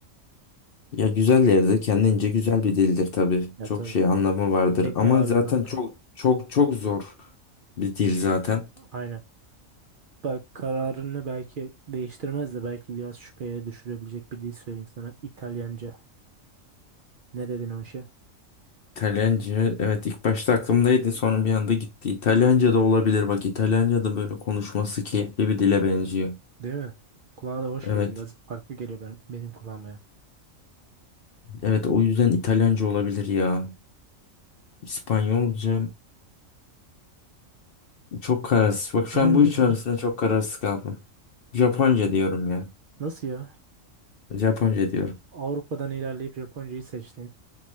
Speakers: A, on the left; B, on the right.
A: Ya güzel yerde kendince güzel bir dildir tabii.
B: Ya
A: Çok
B: tabii.
A: şey anlamı vardır
B: Peki
A: ama
B: abi
A: zaten
B: bak.
A: çok çok çok zor bir dil zaten.
B: Aynen. Bak kararını belki değiştirmez de belki biraz şüpheye düşürebilecek bir dil söyleyeyim sana. İtalyanca. Ne dedin o işe?
A: İtalyanca evet ilk başta aklımdaydı sonra bir anda gitti. İtalyanca da olabilir bak İtalyanca da böyle konuşması keyifli bir dile benziyor.
B: Değil mi? Kulağa da hoş
A: Evet
B: geliyor. Biraz farklı geliyor ben, benim kulağıma. yani.
A: evet o yüzden İtalyanca olabilir ya. İspanyolca çok kararsız. Bak şu
B: <laughs>
A: an bu üç arasında çok kararsız kaldım. Japonca diyorum ya.
B: Nasıl ya?
A: Japonca diyorum.
B: Avrupa'dan ilerleyip Japoncayı seçtin.